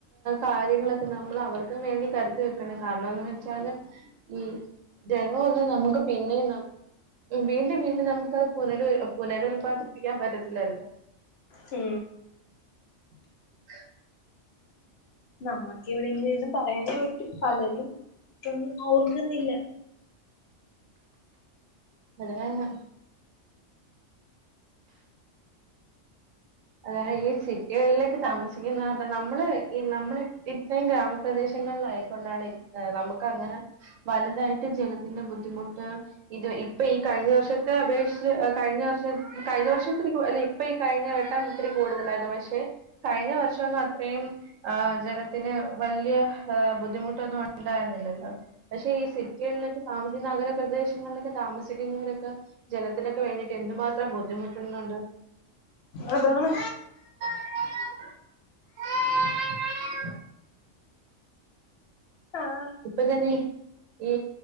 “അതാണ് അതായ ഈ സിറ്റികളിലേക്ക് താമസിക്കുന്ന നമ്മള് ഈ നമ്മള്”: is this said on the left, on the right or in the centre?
Right